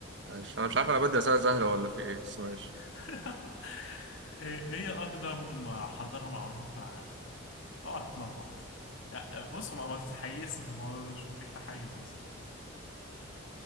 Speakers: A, on the right (about 60°); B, on the left (about 75°).
A: ماشي أنا
B: أها
A: مش عارف أنا بدي أسئلة سهلة ولا في إيه بس ماشي
B: <laughs> ايه إيه هي اقدم حضارة معروفة في العالم اوعى تتلخبط لا، بص ما ما تتحيزش في الموضوع ده مش محتاج تحيز اصلا